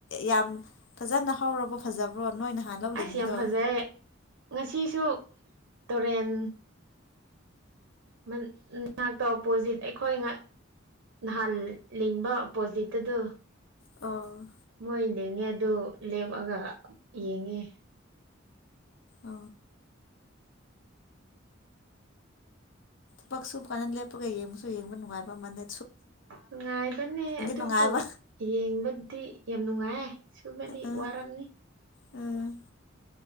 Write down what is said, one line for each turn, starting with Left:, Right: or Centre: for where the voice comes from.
Left: ꯌꯥꯝ ꯐꯖꯅ ꯍꯧꯔꯕꯣ ꯐꯖꯕ꯭ꯔꯣ? ꯅꯣꯏ ꯅꯍꯥꯟ ꯂꯧ ꯂꯤꯡꯕꯗꯣ
Right: ꯑꯁ ꯌꯥꯝ ꯐꯖꯩ ꯉꯁꯤꯁꯨ ꯇꯨꯔꯦꯟ ꯃꯅꯥꯛꯇ ꯑꯣꯄꯣꯖꯤꯠ ꯑꯩꯈꯣꯏ ꯉ ꯅꯍꯥꯟ ꯂꯤꯡꯕ ꯑꯣꯄꯣꯖꯤꯠ ꯇꯗꯨ
Left: ꯑꯣ꯫
Right: ꯃꯣꯏ ꯂꯤꯡꯉꯦ ꯑꯗꯨ ꯂꯦꯞꯑꯒ ꯌꯦꯡꯉꯦ ꯫
Left: ꯑ ꯄꯛꯁꯁꯨ ꯀꯥꯟꯅ ꯂꯦꯄꯒ ꯌꯦꯡꯉꯨꯁꯨ ꯌꯦꯡꯕ ꯅꯨꯡꯉꯥꯏꯕ ꯃꯗ
Right: ꯅꯨꯡꯉꯥꯏꯕꯅꯦ ꯑꯗꯨꯕꯨ
Left: ꯅꯨꯡꯉꯥꯏꯕ
Right: ꯌꯦꯡꯕꯗꯤ ꯌꯥꯝ ꯅꯨꯡꯉꯥꯏ꯫ ꯁꯨꯕꯗꯤ
Left: ꯎꯝ
Right: ꯋꯥꯔꯝꯅꯤ꯫
Left: ꯎꯝ